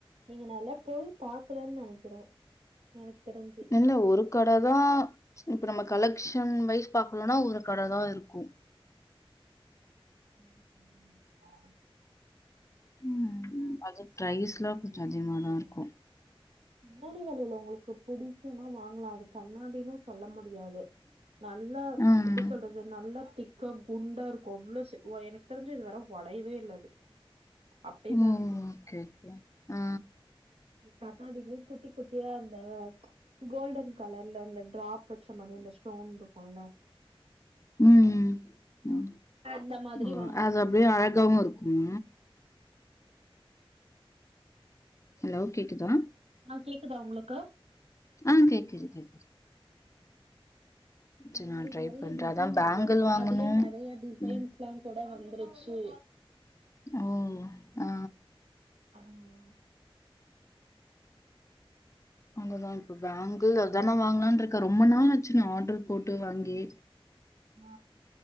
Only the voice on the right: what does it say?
நீங்க நல்லா போய் பாக்கலன்னு நெனைக்கிறே எனக்கு தெரிஞ்
ம் ம் ஆ
கண்ணாடி வளையல் உங்களுக்கு புடிக்கும்மா வாங்கலா அது கண்ணாடினு சொல்ல முடியாது நல்லா ம்ச்
எப்டி சொல்றது நல்லா திக்கா குண்டா இருக்கூ அவ்ளோ எனக்கு தெரிஞ்சி இது வர ஒடையவே இல்ல அது அப்டேதா
இருக்கு
கண்ணாடியிலுமே குட்டி குட்டியா அந்த கோல்டன் கலர்ல அந்த ட்ராப் வச்ச மாரி அந்த ஸ்டோன் இருக்குல்ல
அந்த மாதிரி
வாங்கனு
ஆ கேக்குதா உங்களுக்கு
அந்த
மாரி
நறைய
டிசைன்
அது
அதுலயே நெறைய டிசைன்ஸ்லாம்
கூட வந்துருச்சு
ஆமாவா
ஆ